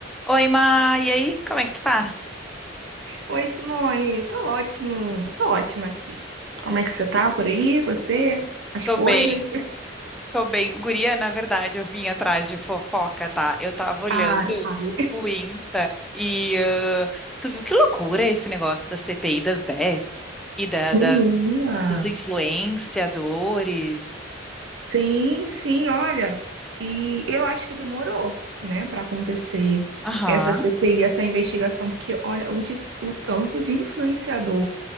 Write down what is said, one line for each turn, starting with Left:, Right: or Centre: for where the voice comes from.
Centre: Oi, Ma, e aí? Como é que tu tá?
Right: Oi, Simone. Tô ótimo. Tô ótima aqui. Como é que você tá por aí? Você? As
Centre: Tô
Right: coisas?
Centre: bem, tô bem. Guria, na verdade, eu vim atrás de fofoca, tá? Eu tava olhando
Right: Ai, sabe?
Centre: o Insta e ah, tu viu que loucura esse negócio da CPI das bets e da-
Right: Menina.
Centre: das, dos influenciadores.
Right: Sim, sim, olha. E eu acho que demorou, né, pra acontecer
Centre: Aham,
Right: essa CPI, essa investigação, porque olha o, de- o tanto de influenciador